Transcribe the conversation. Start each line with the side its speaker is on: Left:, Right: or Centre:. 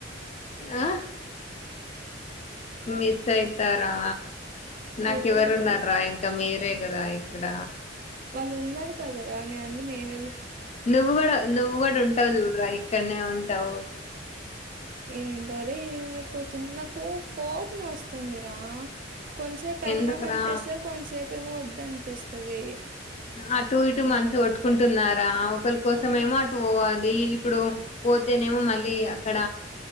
Left: ఆ మీస్యి తరా నాకు
Right: నిజం
Left: ఎవరు ఉన్న డ్రాయింగ్ ఇంకా మీరే కదా ఇక్కడ
Right: వాళ్ళు ఉన్నారు కదా రా అని అందు నేనుె
Left: నువ్వు కూడా నువ్వు కూడా ఉంటావ దూరరా ఇక్కడ దా
Right: ఏంటోదే పోతుంది నాకు కోపం వస్తుందిరా కొంసేపు వెళ్ళాం
Left: ఎందుకురా
Right: అనిపిస్తుే కొంతసేపు ఏమ వద్దని పిస్తుంది
Left: అటు ఇటు మనిసు ఒట్టుకుంటున్నారా ఒకరి కోసమేమో
Right: ఆ
Left: అటు పోవాలి ఇప్పుడు పోతేనేమో మళ్ళీ అక్కడ